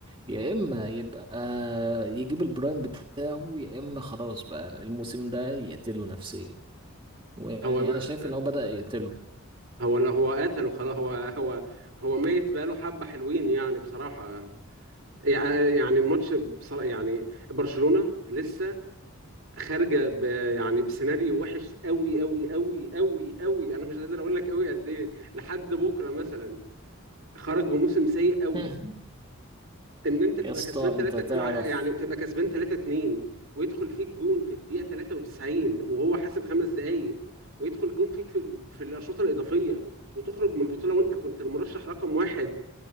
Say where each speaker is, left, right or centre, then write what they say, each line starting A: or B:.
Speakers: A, on the right; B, on the right.
A: يا اما يبقى يجيب البرايم بتاعه يا اما خلاص بقى الموسم ده يقتله نفسيا ويعني
B: هو ما-
A: انا شايف ان هو بدأ يقتله
B: هو لا هو قتله خلاص هو هو هو ميت بقاله حبه حلوين يعني بصراحه يعني يعني الماتش بصراحة يعني برشلونة لسه خارجه ب... يعني بسيناريو وحش قوي قوي قوي قوي قوي انا مش قادر اقول لك قوي قد ايه لحد بكره مثلا خرج بموسم سيء قوي
A: <laughs>
B: ان انت تبقى
A: يا اسطى
B: كسبان 3
A: انت تعرف
B: انا ع- يعني تبقى كسبان 3 2 ويدخل فيك جون في الدقيقه 93 وهو حاسب خمس دقائق ويدخل جون فيك في, في الاشواط الاضافيه وتخرج من البطوله وانت كنت المرشح رقم واحد